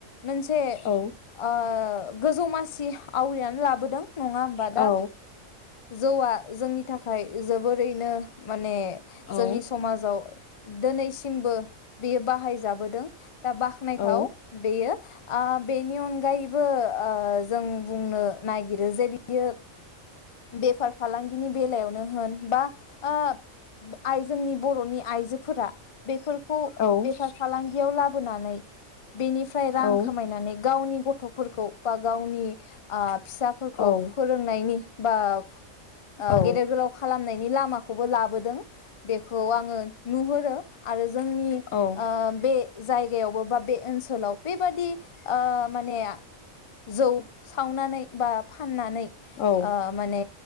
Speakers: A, on the left (about 45°); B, on the left (about 75°).
A: मोनसे
B: औ
A: ओ गोजौ मासि आवग्रिनानै लाबोदों नङा ओमबा दा?
B: औ
A: जौवा जोंनि थाखाय जोबोरैनो माने
B: औ
A: जोंनि समाजाव दोनै सिमबो बेयो बाहाय जाबोदों । दा बाख्नायथाव
B: औ
A: बेयो ओ बेनि अनगायैबो ओ जों बुंनो नागि रो जे बियो बेफार फालांगिनि बेलायावनो होन बा ओ आइ जोंनि बर'नि आइजोफोरा बेफोर खौ
B: औ
A: बेफार फालांगियाव लाब बोनानै बेनिफ्राय रां
B: औ
A: खामायनानै गावनि गथ'फोरखौ बा गावनि आ फिसाफोरखौ
B: औ
A: फोरोंनायनि आ ओ
B: औ
A: गेदेर गोलाव खालामनायनि लामा खौबो लाबोदों बेखौ आङो नुहुरो आरो जोंनि
B: औ
A: ओ बे जाय जायगायावबो बा बे ओनसोलाव बेबादि ओ माने जौ सावनानै बा फाननानै
B: औ
A: <unintelligible> माने